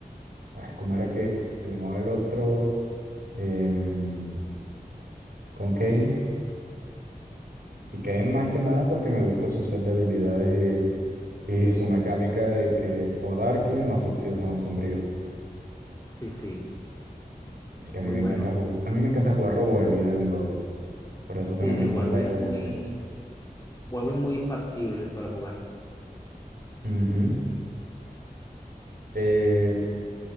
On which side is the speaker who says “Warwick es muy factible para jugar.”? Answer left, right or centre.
Left